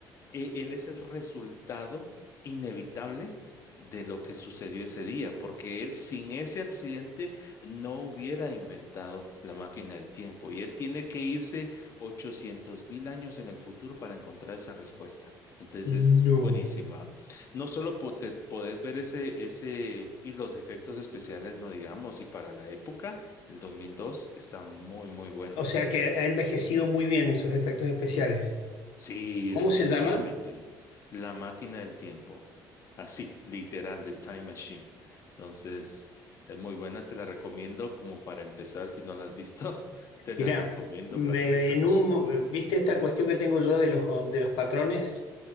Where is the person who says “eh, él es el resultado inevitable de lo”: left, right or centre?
Left